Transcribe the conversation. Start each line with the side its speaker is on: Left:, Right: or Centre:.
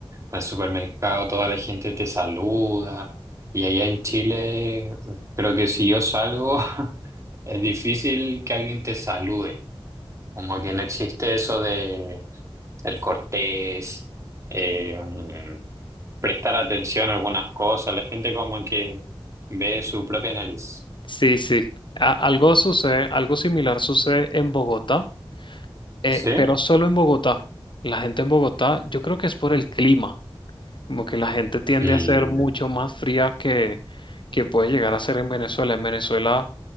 Right: En el supermercado toda la gente te saluda. Y allá en Chile, creo que si yo salgo, <laughs> es difícil que alguien te salude. Como que no existe eso de el cortés, eh, um, prestar atención a algunas cosas. La gente como que ve su propia nariz.
Left: Sí, sí. A- algo sucede, algo similar sucede en Bogotá, eh,
Right: ¿Sí?
Left: pero solo en Bogotá. La gente en Bogotá, yo creo que es por el clima, como que la gente tiende
Right: Mm.
Left: a ser mucho más fría que, que puede llegar a ser en Venezuela. En Venezuela